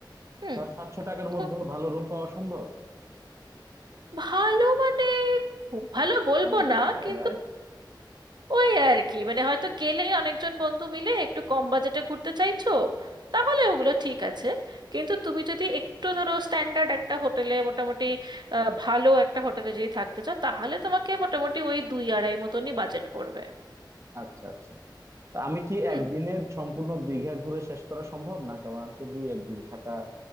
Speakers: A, on the right; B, on the right.
A: হুম
B: ছয় সাতশো টাকার মধ্যে
A: তো
B: ভালো রুম পাওয়া সম্ভব
A: ভালো মানে খুব ভালো বলবো
B: মোটামুটি
A: না
B: চলা
A: কিন্তু
B: যায়
A: ওই আর কি মানে হয়তো গেলে অনেকজন বন্ধু মিলে একটু কম বাজেটে ঘুরতে চাইছো তাহলে ওগুলো ঠিক আছে কিন্তু তুমি যদি একটু ধরো স্ট্যান্ডার্ড একটা হোটেলে মোটামুটি আহ, ভালো একটা হোটেলে যদি থাকতে চাও তাহলে তোমাকে মোটামুটি ওই দুই আড়াই মতনই বাজেট পড়বে
B: আচ্ছা আচ্ছা তা আমি কি
A: হুম
B: একদিনে সম্পূর্ণ দীঘা ঘুরে শেষ করা সম্ভব না কারণ আমাকে দুই একদিন থাকা